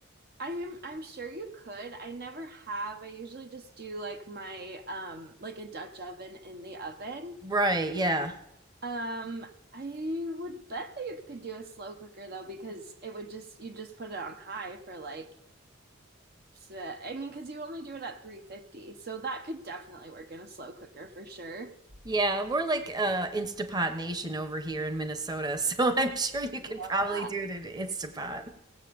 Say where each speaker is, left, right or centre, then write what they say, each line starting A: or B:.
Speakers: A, on the right; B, on the right.
A: I am I'm sure you could. I never have. I usually just do like my um like a Dutch oven in the oven.
B: Right, yeah.
A: Um, I would bet that you could do a slow cooker though, because it would just you just put it on high for like so, I mean, because you only do it at 350, so that could definitely work in a slow cooker for sure.
B: Yeah, we're like uh Instapot Nation over here in Minnesota, so <laughs> I'm sure you could
A: Love
B: probably
A: that.
B: do it in Instapot.